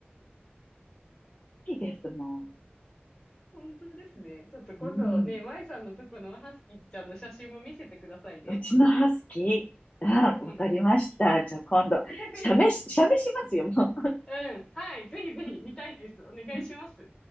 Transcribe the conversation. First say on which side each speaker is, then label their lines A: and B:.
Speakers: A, on the left; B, on the left.
A: きですもん。
B: 本当ですね。ちょっと今度ね、
A: うん。
B: 舞さんのとこのハスキーちゃんの写真も見せてくださいね。
A: うちのハスキー。あ、わかりました。
B: うん。
A: じゃあ今度、
B: <laughs>
A: 写メし、写メしますよ、も
B: うん。はい。ぜひぜひ見たいです。
A: う。
B: お願いします。
A: <laughs>